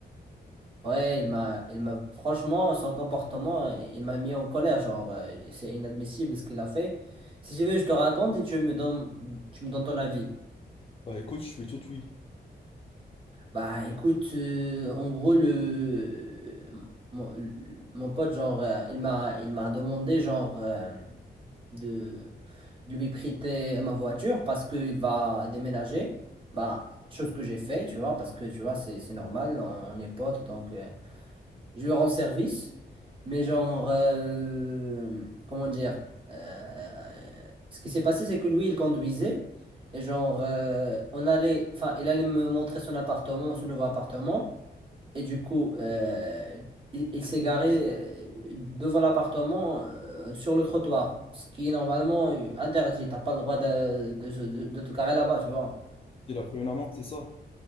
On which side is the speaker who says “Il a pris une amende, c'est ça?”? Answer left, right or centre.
Left